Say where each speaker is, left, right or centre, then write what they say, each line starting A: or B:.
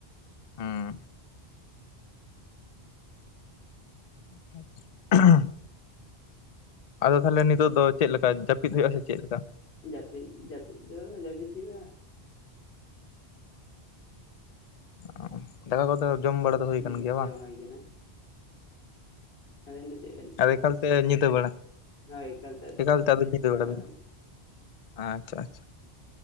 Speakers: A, on the left; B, on the left.
A: ᱦᱩᱸ᱾ <unintelligible> ᱟᱫᱚ ᱛᱟᱦᱚᱞᱮ ᱱᱤᱛᱚᱜ ᱫᱚ ᱪᱮᱫ ᱞᱮᱠᱟ ᱡᱟᱹᱯᱤᱫ ᱦᱩᱭᱩᱜ ᱟᱥᱮ ᱪᱮᱫ ᱞᱮᱠᱟ?
B: ᱡᱟᱹᱯᱤᱫ ᱡᱟᱹᱯᱤᱫ ᱫᱚ ᱡᱟᱹᱯᱤᱫ ᱦᱩᱭᱩᱜ-ᱟ᱾
A: ᱚ ᱫᱟᱠᱟ ᱠᱚᱫᱚ ᱡᱚᱢ ᱵᱟᱲᱟ ᱫᱚ ᱦᱩᱭ
B: ᱦᱩᱸ
A: ᱟᱠᱟᱱ ᱜᱮᱭᱟ ᱵᱟᱝ
B: ᱡᱚᱢ ᱦᱩᱭ ᱠᱟᱱᱟ᱾ ᱟᱵᱮᱱ ᱫᱚ ᱪᱮᱫ ᱵᱮᱱ ᱪᱤᱠᱟᱹᱭᱟ
A: ᱟᱨ ᱮᱠᱟᱞᱛᱮ ᱧᱤᱫᱟᱹ ᱵᱮᱲᱟ
B: ᱦᱳᱭ ᱟᱹᱰᱤ
A: ᱮᱠᱟᱞᱛᱮ ᱟᱫᱚ ᱧᱤᱫᱟᱹ ᱵᱮᱲᱟ
B: ᱦᱳᱭ
A: ᱵᱤᱱ ᱟᱪᱪᱷᱟ ᱟᱪᱪᱷᱟ,